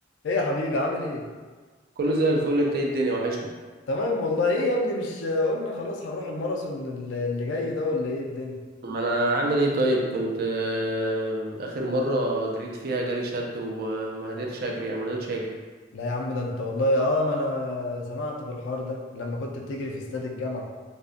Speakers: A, on the left (about 75°); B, on the right (about 50°).
A: ايه يا حبيبي عامل ايه
B: كله زي الفل انت ايه الدنيا وحشني
A: تمام والله ايه يا ابني مش قلنا خلاص هنروح الماراثون ال- اللي جاي ده ولا ايه الدنيا
B: ما انا عامل ايه طيب كنت آه، اخر مرة جريت فيها جالي شد وما قدرتش اجري يعني ما رضيتش اجي
A: لا يا عم ده انت والله اه ما انا سمعت بالحوار ده لما كنت بتجري في استاد الجامعة